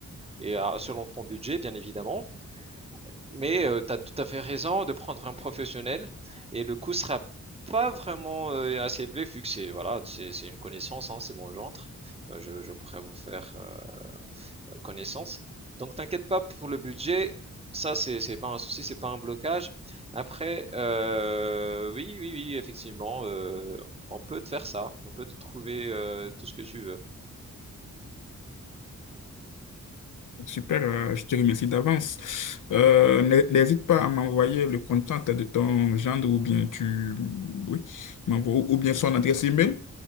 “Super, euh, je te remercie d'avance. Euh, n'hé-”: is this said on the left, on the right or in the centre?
Left